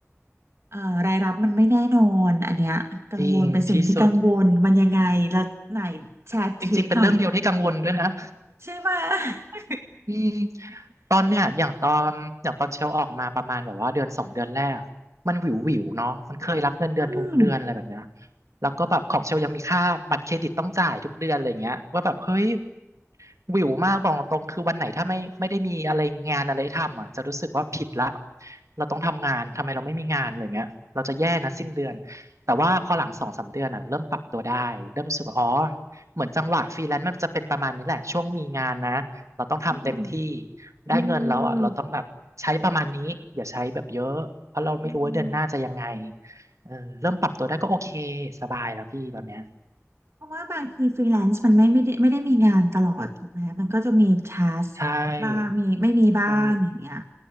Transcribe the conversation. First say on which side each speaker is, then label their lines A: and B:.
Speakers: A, on the right (about 60°); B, on the right (about 75°).
A: เอ่อรายรับมันไม่แน่นอนอันเนี้ยกังวลเป็นสิ่งที่กังวลมันยังไงแล้วไหน
B: จริงที่สุด
A: แชร์ทริปหน่อย
B: จริงๆเป็นเรื่องเดียวที่กังวลด้วยนะ
A: ใช่ไหม <laughs>
B: อืมตอนเนี้ยอย่างตอนอย่างตอนเชลออกมาประมาณแบบว่าเดือนสองเดือนแรกมันวิววิวเนาะมันเคยรับเงินเดือนทุกเดือนอะไรแบบเนี้ย
A: อืม
B: แล้วก็แบบของเชลยังมีค่าบัตรเครดิตต้องจ่ายทุกเดือนอะไรเงี้ยว่าแบบเฮ้ยวิวมากบอกตรงคือวันไหนถ้าไม่ไม่ได้มีอะไรงานอะไรทำอ่ะจะรู้สึกว่าผิดละเราต้องทำงานทำไมเราไม่มีงานอะไรเงี้ยเราจะแย่นะสิ้นเดือนแต่ว่าพอหลังสองสามเดือนอ่ะเริ่มปรับตัวได้เริ่มรู้สึกว่าอ๋อเหมือนจังหวะฟรีแลนซ์มันจะเป็นประมาณนี้แหละช่วงมีงานนะ เราต้องทำเต็มที่
A: อืม
B: ได้เงินแล้วอ่ะเราต้องแบบใช้ประมาณนี้อย่าใช้แบบเยอะเพราะเราไม่รู้ว่าเดือนหน้าจะยังไง
A: อืมอืม
B: เออเริ่มปรับตัวได้ก็โอเคสบายแล้วพี่ตอนเนี้ย
A: เพราะว่าบางทีฟรีแลนซ์มันไม่ไม่ได้ไม่ได้มีงานตลอดถูกไหมมันก็จะมีทัส
B: ใช่
A: บ้างมีไม่มีบ้างอย่างเงี้ย
B: ถูก